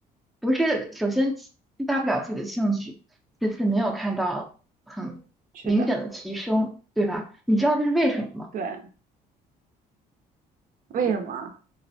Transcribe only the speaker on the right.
是的，
对，为什么